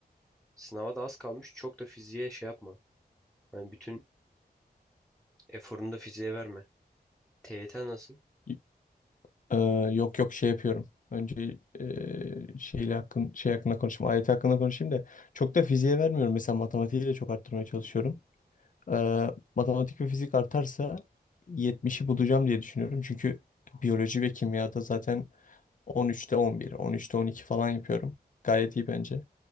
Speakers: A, in the centre; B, on the left (about 50°).
A: sınava da az kalmış. Çok da fiziğe şey yapma. Hani bütün eforunu da fiziğe verme. TYT nasıl?
B: Y- Ee, yok yok şey yapıyorum. Önce e, şeyle hakkın, şey hakkında konuşayım. Ayet hakkında konuşayım da çok da fiziğe vermiyorum. Mesela matematiği de çok arttırmaya çalışıyorum. Ee, matematik ve fizik artarsa 70'i bulacağım diye düşünüyorum. Çünkü biyoloji ve kimyada zaten 13'te 11, 13'te 12 falan yapıyorum. Gayet iyi bence.